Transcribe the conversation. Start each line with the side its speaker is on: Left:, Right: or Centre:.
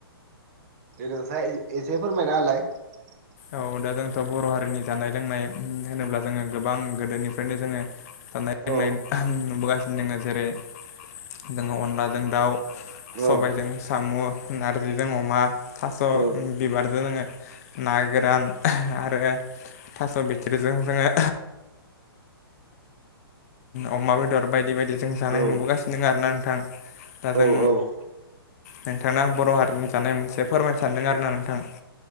Right: बे ननोस एसे फोरमायनाालाय <unintelligible>
Left: औ- दा- जोंथ' बर' हारिनि जानाय लोंनाय होनोब्ला जोङो गोबां गोदोनिफ्रायनो जोङो जानाय लोंनाय
Right: औ
Left: नुबोगासिनो जोङो जेरै जोङो अनलाजों दाउ
Right: औ
Left: सबायजों साम' नारजिजों अमा थास'
Right: औ
Left: बिबारजों जोङो ना गो गोदान आरो थास' बिथ्रिजों जोङो अमा बेदर बायदि बायदि जों जानाय
Right: औ
Left: नुबोगानिनो दं आरो ना। गोथां दा जों
Right: औ औ औ
Left: नोंथांनो आं बर' हारिनि जानाय मोनसे फोरमायनो सानदों आरोना नोंथां।